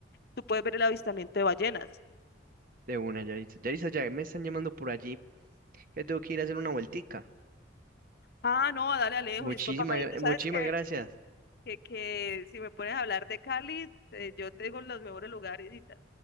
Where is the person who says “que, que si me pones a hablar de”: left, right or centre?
Left